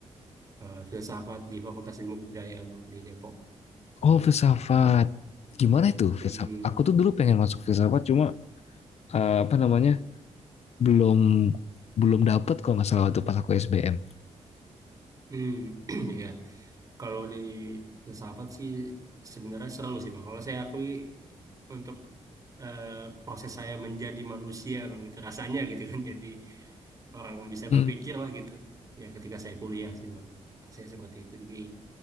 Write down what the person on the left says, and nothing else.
Oh,
filsafat. Gimana itu filsafat?
Aku tuh dulu pengen masuk filsafat, cuma eh, apa namanya belum belum dapet kalau nggak salah waktu pas aku SBM.
Hmm.